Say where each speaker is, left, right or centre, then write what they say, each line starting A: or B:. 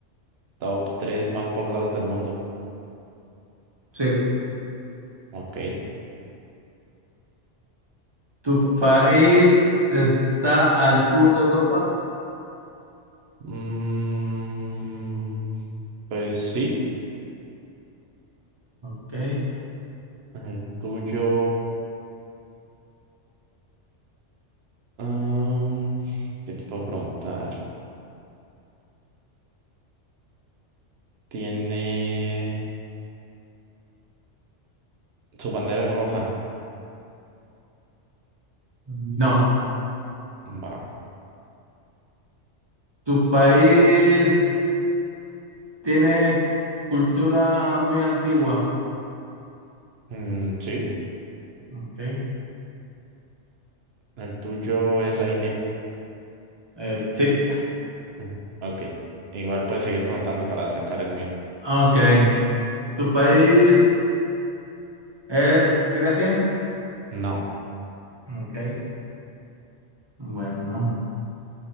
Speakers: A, on the right; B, on the right.
A: top 3 más poblados del mundo?
B: Sí.
A: Ok.
B: ¿Tu país está al sur de Europa?
A: Mm, pues sí,
B: Ok.
A: el tuyo... mm, ¿qué te puedo preguntar? Tiene... Su bandera es roja.
B: No.
A: Va.
B: ¿Tu país tiene cultura muy antigua?
A: Mm, sí,
B: Ok.
A: el tuyo es la India.
B: Eh, sí.
A: Mm, Ok. Igual puedes seguir preguntando para sacar el mío.
B: Ok. ¿Tu país es Grecia?
A: No,
B: Ok. Bueno.